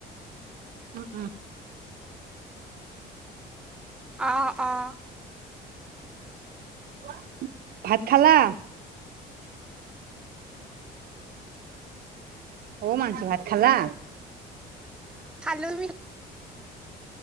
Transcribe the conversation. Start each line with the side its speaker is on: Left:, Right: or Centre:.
Right: উম উম।
Centre: আ অ।
Right: <unintelligible> ভাত খালা? অ মাংস ভাত খালা।
Centre: খালো বি-